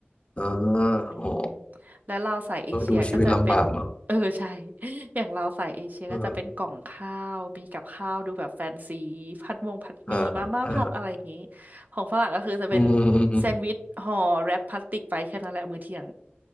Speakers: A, on the left; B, on the right.
A: อ่า
B: อืม
A: อ๋อ
B: แล้วเราสายเอเชียก็จะเป็น
A: เออดูชีวิตลำบากเนาะ
B: <laughs> เออใช่ <laughs> อย่างเราสายเอเชียก็จะเป็นกล่องข้าวมีกับข้าวดูแบบแฟนซีผัดมงผัดหมี่มาม่าผัดอะไรอย่างงี้
A: เอออ่าอ่า
B: ของฝรั่งก็คือจะเป็น
A: อืมอืมอืมอม
B: แซนด์วิชห่อแรปพลาสติกไปแค่นั้นแหละมื้อเที่ยง